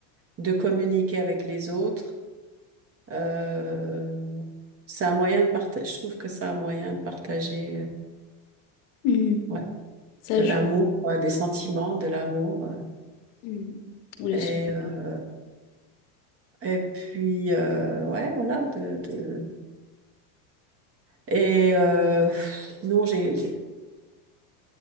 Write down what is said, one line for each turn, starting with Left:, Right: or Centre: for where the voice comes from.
Right: de communiquer avec les autres. Euh, c'est un moyen de partager. Je trouve que c'est un moyen de partager, euh,
Left: Mhm.
Right: ouais,
Left: Ça,
Right: de l'amour,
Left: je...
Right: ouais, des sentiments, de l'amour. euh,
Left: Mhm. Je
Right: Et
Left: sais
Right: euh,
Left: pas.
Right: et puis euh, ouais, voilà. De, de... Et euh, sinon, j'ai j'ai-